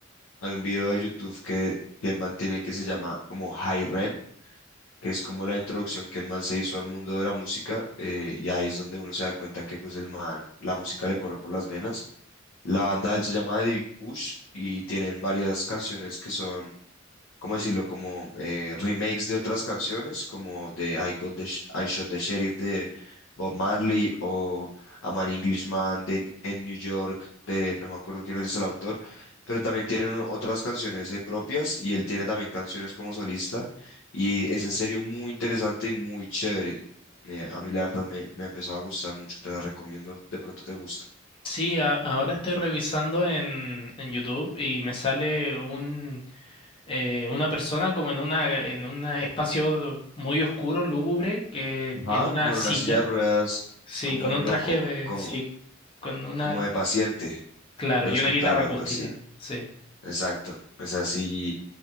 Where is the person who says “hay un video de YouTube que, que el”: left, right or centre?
Left